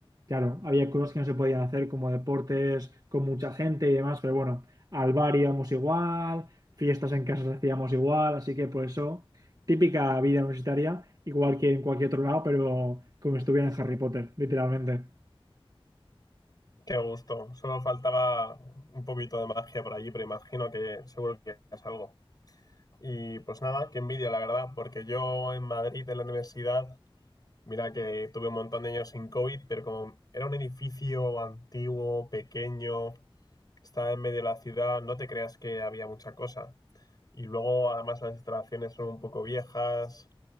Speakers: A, on the right; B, on the left.
A: Claro, había cosas que no se podían hacer como deportes con mucha gente y demás, pero bueno, al bar íbamos igual, fiestas en casas hacíamos igual, así que por eso, típica vida universitaria, igual que en cualquier otro lado, pero como si estuviera en Harry Potter, literalmente.
B: Qué gusto. Solo faltaba un poquito de magia por allí, pero imagino que seguro que es algo. Y pues nada, qué envidia, la verdad, porque yo en Madrid, en la universidad, mira que tuve un montón de años sin COVID, pero como era un edificio antiguo, pequeño, estaba en medio de la ciudad, no te creas que había mucha cosa. Y luego, además, las instalaciones son un poco viejas